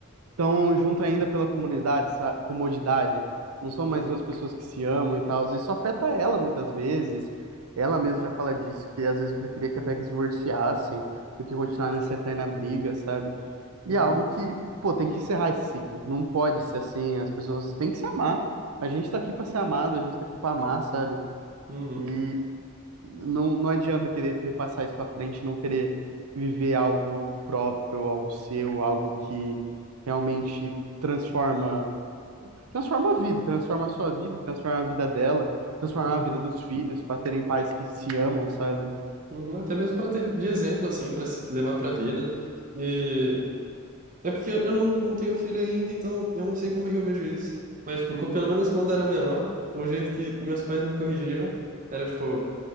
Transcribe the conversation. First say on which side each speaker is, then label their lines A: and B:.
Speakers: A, on the right (about 80°); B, on the right (about 35°).
A: estão junto ainda pela comunidade, sa- comodidade. Não são
B: Uhum,
A: mais duas pessoas que se amam e tal. Isso afeta ela muitas vezes. Ela mesma já fala disso, que às vezes preferia que até que se divorciassem do que continuar nessa eterna briga, sabe? E
B: uhum,
A: é algo que, pô, tem que encerrar esse ciclo. Não pode ser assim. As pessoas têm que se amar. A gente tá aqui pra ser amado, a gente tá aqui pra amar, sabe?
B: uhum,
A: E não, não adianta querer repassar isso para frente, não querer viver algo próprio, algo seu, algo que realmente transforma, transforma a vida, transforma a sua vida, transforma a vida dela, transforma
B: uhum,
A: a vida dos filhos para terem pais que se amam, sabe?
B: uhum. Até mesmo para ter de exemplo, assim, para se levar para a vida. E é porque eu eu não, não tenho filho ainda, então eu não sei como é que eu vejo isso. Mas, tipo, co- pelo menos quando eu era menor, o jeito que meus pais me corrigiam era, tipo,